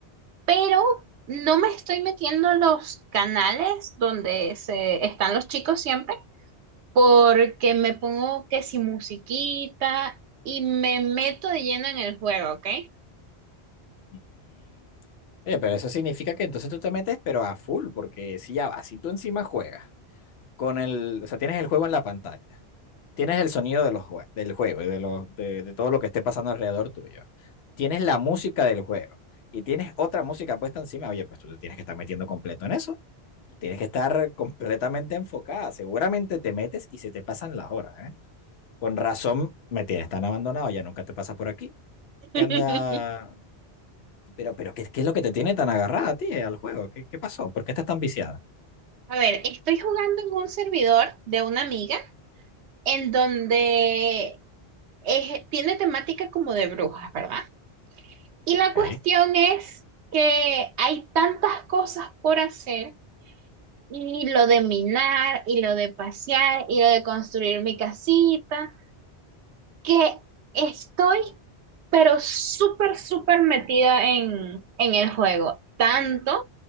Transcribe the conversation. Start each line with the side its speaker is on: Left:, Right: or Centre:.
Right: pero no me estoy metiendo a los canales donde se están los chicos siempre, porque me pongo que si musiquita y me meto de lleno en el juego, ¿ok?
Left: Mm. Oye, pero eso significa que entonces tú te metes, pero a full, porque si ya vas, si tú encima juegas con el, o sea, tienes el juego en la pantalla Tienes el sonido de los jue- del juego y de, los, de, de todo lo que esté pasando alrededor tuyo. Tienes la música del juego y tienes otra música puesta encima. Oye, pues tú te tienes que estar metiendo completo en eso. Tienes que estar completamente enfocada. Seguramente te metes y se te pasan las horas. ¿eh? Con razón me tienes tan abandonado, ya nunca te pasas por aquí.
Right: <laughs>
Left: ¿Qué anda? Pero, pero ¿qué, qué es lo que te tiene tan agarrada a ti, eh, al juego? ¿Qué, qué pasó? ¿Por qué estás tan viciada?
Right: A ver, estoy jugando en un servidor de una amiga en donde es- tiene temática como de brujas, ¿verdad? Y la
Left: Ok.
Right: cuestión es que hay tantas cosas por hacer, y lo de minar, y lo de pasear, y lo de construir mi casita, que estoy pero súper, súper metida en, en el juego. Tanto